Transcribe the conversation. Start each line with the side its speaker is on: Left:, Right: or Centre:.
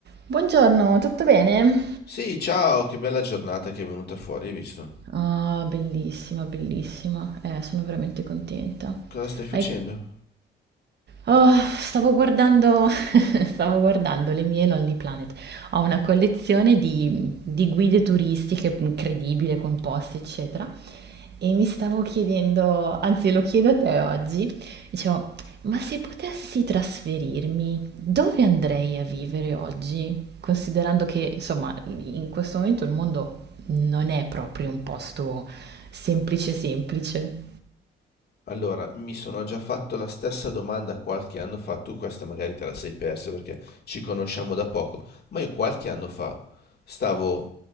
Right: Buongiorno, tutto bene?
Left: Sì, ciao, che bella giornata che è venuta fuori, hai visto?
Right: Ah, bellissima, bellissima. Eh, sono veramente contenta.
Left: Cosa stai facendo?
Right: Hai- Oh, stavo guardando, <laughs> stavo guardando le mie Lonely Planet. Ho una collezione di, di guide turistiche incredibile, con posti, eccetera. E mi stavo chiedendo, anzi lo chiedo a te oggi, dicevo, ma se potessi trasferirmi, dove andrei a vivere oggi? Considerando che, insomma, in questo momento il mondo non è proprio un posto semplice semplice.
Left: Allora, mi sono già fatto la stessa domanda qualche anno fa, tu questa magari te la sei persa perché ci conosciamo da poco, ma io qualche anno fa stavo